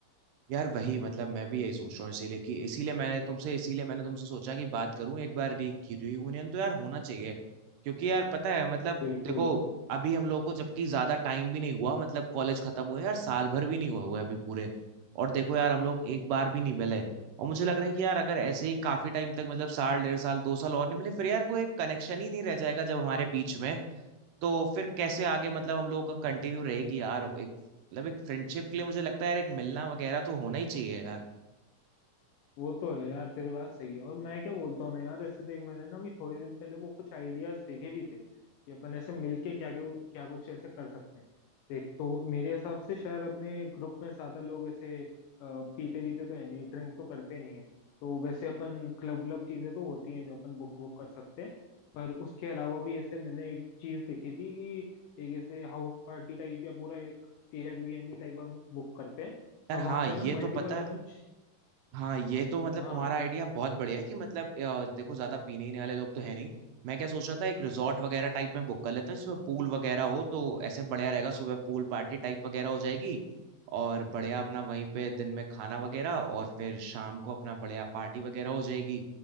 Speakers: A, on the right; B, on the left.
A: यार वही मतलब मैं भी यही सोच रहा हूँ इसीलिए कि इसीलिए मैंने तुमसे इसीलिए मैंने तुमसे सोचा कि बात करूं एक बार री, रियूनियन तो यार होना चाहिए क्योंकि यार पता है मतलब
B: बिल्कुल
A: देखो अभी हम लोग को जबकि ज्यादा टाइम भी नहीं हुआ मतलब कॉलेज खत्म हुए यार साल भर भी नहीं हुआ हुआ है अभी पूरे और देखो यार हम लोग एक बार भी नहीं मिले और मुझे लग रहा है कि यार अगर ऐसे ही काफी टाइम तक मतलब साल डेढ़ साल दो साल और नहीं मिले फिर यार वो एक कनेक्शन ही नहीं रह जाएगा जब हमारे बीच में तो फिर कैसे आगे मतलब हम लोग का कंटिन्यू रहेगी यार एक मतलब एक फ्रेंडशिप के लिए मुझे लगता है यार एक मिलना वगैरह तो होना ही चाहिए यार
B: वो तो है यार तेरी बात सही है और मैं क्या बोलता हूँ ना यार ऐसे देख मैंने ना अभी थोड़े दिन पहले वो कुछ आइडियाज देखे भी थे कि अपन ऐसे मिलके क्या क्या कुछ ऐसे कर सकते हैं देख तो मेरे हिसाब से शायद अपने ग्रुप में ज्यादा लोग ऐसे अ, पीते वीते तो है नहीं ड्रिंक तो करते नहीं है तो वैसे अपन क्लब व्लब चीजें तो होती हैं जो अपन बुक वुक कर सकते हैं पर उसके अलावा भी ऐसे मैंने एक चीज देखी थी कि एक ऐसे हाउस पार्टी टाइप या पूरा एक एयरबीएनबी टाइप हम बुक करते हैं
A: यार
B: और
A: हाँ
B: वहां पे
A: ये
B: ना मल्टीपल
A: तो पता
B: अपन
A: है हाँ ये तो मतलब
B: हाँ
A: तुम्हारा आइडिया बहुत बढ़िया है कि मतलब अ, देखो ज्यादा पीने ही वाले लोग तो है नहीं मैं क्या सोच रहा था एक रिजॉर्ट वगैरह टाइप में बुक कर लेते हैं जिसमें पूल वगैरह हो तो ऐसे बढ़िया रहेगा सुबह पूल पार्टी टाइप वगैरह हो जाएगी और बढ़िया अपना वहीं पे दिन में खाना वगैरह और फिर शाम को अपना बढ़िया पार्टी वगैरह हो जाएगी